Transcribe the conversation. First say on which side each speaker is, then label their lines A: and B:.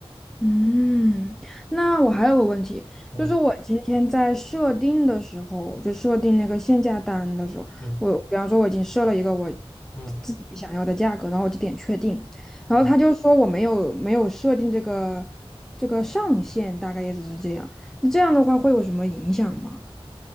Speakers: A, in the centre; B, on the left.
A: 嗯，那我还有个问题，
B: 嗯
A: 就是我今天在设定的时候，就设定那个限价单的时候，
B: 嗯
A: 我比方说我已经设了一个我
B: 嗯
A: 自己想要的价格，然后我就点确定，然后他就说我没有没有设定这个这个上限，
B: 嗯，嗯
A: 大概意思是这样。那这样的话会有什么影响吗？